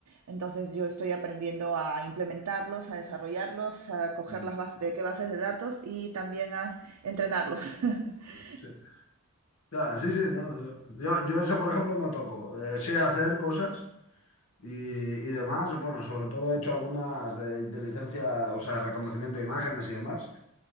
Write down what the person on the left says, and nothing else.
mm,
sí. Ya, sí, sí,
no, eso. Yo, yo eso, por ejemplo, no toco. Eh, sé hacer cosas, Y, y demás, bueno, sobre todo he hecho algunas de inteligencia, o sea, reconocimiento de imágenes y demás,